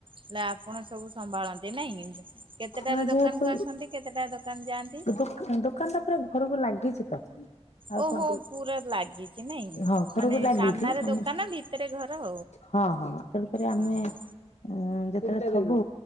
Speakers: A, on the right; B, on the left.
A: ହେଲେ ଆପଣ ସବୁ ସମ୍ଭାଳନ୍ତି ନାଇଁ? କେତେଟାରେ
B: ହଁ
A: ଦୋକାନକୁ
B: ଯେହେତୁ
A: ଆସନ୍ତି କେତେଟା ଦୋକାନ ଯାଆନ୍ତି
B: ଦୋକା ଦୋକାନଟା ପୁରା ଘରକୁ ଲାଗିଚି ତ? ଆଉ
A: ଓହୋ
B: କଣ
A: ପୁରା ଲାଗିଚି ନାଇଁ
B: ହଁ ଘରକୁ
A: ମାନେ
B: ଲାଗିଛି
A: ସାମ୍ନାରେ
B: ଆମେ
A: ଦୋକାନ ଭିତରେ ଘର।
B: ହଁ ହଁ ତେଣୁ କରି ଆମେ
A: ହଁ
B: ଯେତେବେଳେ
A: ହଁ
B: ଥିବୁ